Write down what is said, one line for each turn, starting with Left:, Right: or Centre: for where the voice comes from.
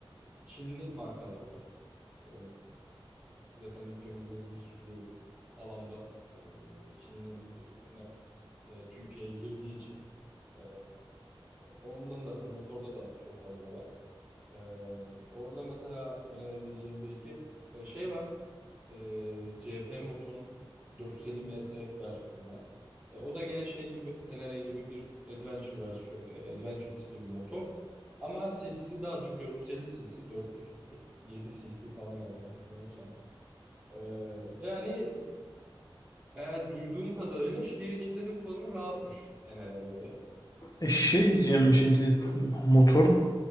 Right: Çinli markalar var. Ee, zaten ülkemizde de bir sürü alanda e, Çinli ürünler e, Türkiye'ye girdiği için e, ondan da tabii motorda da çok fazla var. Ee, orada mesela önerebileceğim bir iki e, şey var. Ee, CF Moto'nun 450 MT versiyonu var. E, o da gene şey gibi, Tenere gibi bir adventure versiyon, e, adventure tipi bir motor. Ama cc'si daha düşük 450 cc, 447 cc falan galiba yanlış hatırlamıyorsam. Ee, ve hani eğer duyduğum kadarıyla şehir içinde de kullanımı rahatmış Tenere'ye göre.
Left: E şey diyeceğim şimdi motor